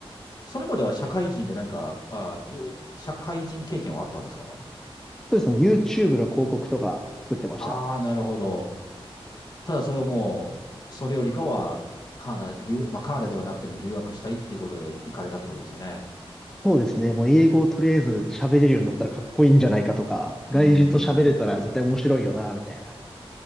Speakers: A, on the left; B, in the centre.
A: それまでは社会人で何か、あ、いえ社会人経験はあったんですか
B: そうですね、YouTube の広告とか作ってました。
A: ああー、なるほど。ただそれをもう、それよりかは、カナダ、留、まあ、カナダではなくても留学したいっていうことで行かれたってことですよね。
B: そうですね。もう英語をとりあえず喋れるようになったらかっこいいんじゃないかとか、
A: うーん。
B: 外人と喋れたら絶対面白いよな、みたいな